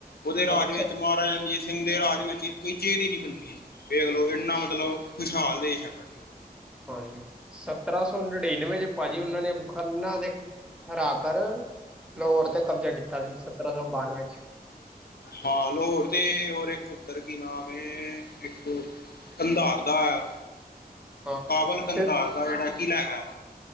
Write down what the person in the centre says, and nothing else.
ਅੱਛਾ
ਹਾਂਜੀ ਸਤਰਾਂ ਸੌ ਨੜਿੰਨਵੇ ਚ ਭਾਜੀ ਉਹਨਾਂ ਨੇ ਖੰਨਾ ਦੇ ਹਰਾ ਕਰ ਲਾਹੌਰ ਤੇ ਕਬਜ਼ਾ ਕੀਤਾ ਸੀ ਸਤਰਾਂ ਸੌ ਬਾਨਵੇਂ ਚ
ਹਾਂ।
ਫਿਰ